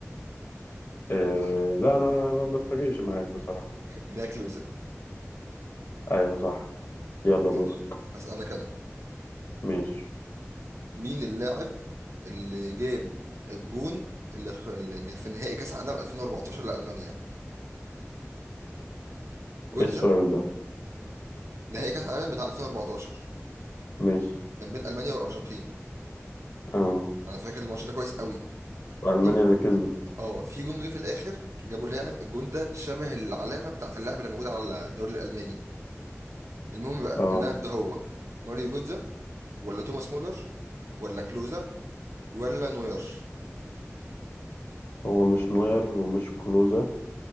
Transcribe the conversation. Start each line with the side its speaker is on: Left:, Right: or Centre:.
Left: آه
Right: <laughs>
Left: لا انا ما بتفاجئش معاك بصراحة
Right: ان هي كلوزة
Left: ايوه صح يلا
Right: ماشي
Left: دور
Right: هسألك انا
Left: ماشي
Right: مين اللاعب اللي جاب الجون اللي خ- اللي في نهائي كأس عالم 2014 لألمانيا
Left: ايه
Right: جوتزا
Left: السؤال ده
Right: نهائي كأس عالم بتاع 2014
Left: ماشي
Right: كان بين ألمانيا والأرجنتين
Left: اه
Right: انا فاكر الماتش ده كويس قوي
Left: ألمانيا
Right: في-
Left: اللي كسبت
Right: اه في جون جه في الاخر جابوا لاعب الجون ده شبه العلامة بتاعت اللاعب اللي موجود على الدوري الألماني المهم بقى
Left: اه
Right: اللاعب ده هو ماريو جوتزا ولا توماس مولر ولا كلوزا ولا نوير
Left: هو مش نوير ومش كلوزا